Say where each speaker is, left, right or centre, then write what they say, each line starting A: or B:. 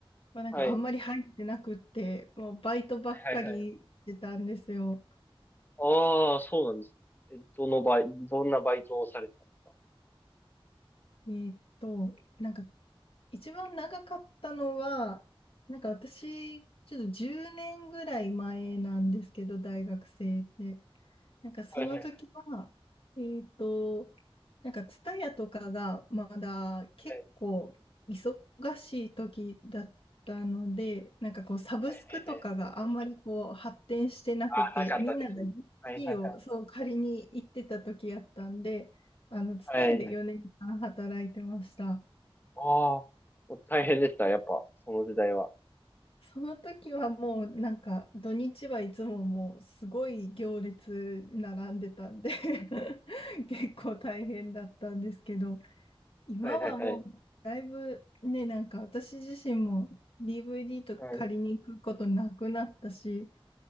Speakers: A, on the left (about 70°); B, on the left (about 20°).
A: はなんかあんまり入ってなくって、
B: はい。はい
A: もうバイトばっかりしてたんですよ。
B: はいはい。ああ、そうなんですね。え、どのバイ、どんなバイトをされてたんですか
A: えーっと、なんか一番長かったのは、なんか私、ちょっと10年ぐらい前なんですけど、大学生で。なんかその時は、
B: はい、はい、はい、
A: えっと、なんか TSUTAYA とかがまだ結構忙しい時だったので、
B: はい、
A: なんかこうサブスクとかがあんまりこう発展してなくて、
B: はい、はい。はいああ、なかった時。
A: みんなが d
B: はい、
A: d
B: はい、
A: をそう借りに行ってた時やったんで、あの TSUTAYA
B: はい。
A: で4年間働いてました。
B: はい。ああ、もう大変でした、やっぱ、その時代は。
A: その時はもうなんか土日はいつももうすごい行列並んでたんで <laughs> 結構大変だったんですけど今はもうだいぶねなんか私自身も
B: はい、はい、はい。
A: DVD とか借りに行くことなくなったし
B: はい。